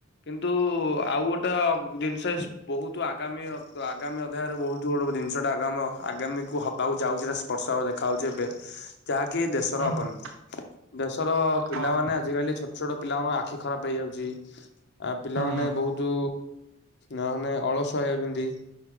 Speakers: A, on the left (about 55°); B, on the right (about 65°).
A: କିନ୍ତୁ ଆଉ ଗୋଟ ଟେ ଜିନିଷ ବହୁତୁ ଆଗାମୀ ଅ, ତ ଆଗାମୀ ଅଧ୍ୟାୟରେ ବହୁତ ଗୋଟେ ଜିନିଷଟା ଆଗାମ ଆଗାମୀକୁ ହ ବାକୁ ଯାଉଛି ତ ସ୍ପର୍ଶ ଭାବେ ଦେଖାାଯାଉଛି ଏବେ, ଯାହାକି ଦେଶର
B: ଉଁ
A: ଅବନୀତି।
B: ହୁଁ
A: ଦେଶର ପିଲାମାନେ
B: ହଁ ଭାଇ।
A: ଆଜିକାଲି ଛୋଟ ଛୋଟ ପିଲାମାନଙ୍କ ଆଖି ଖରାପ ହେଇଯାଉଛି। ଆଉ ପିଲାମାନେ
B: ହୁଁ
A: ବହୁତ ମାନେ ଅଳସୁଆ ହେଇଯାଉଛନ୍ତି।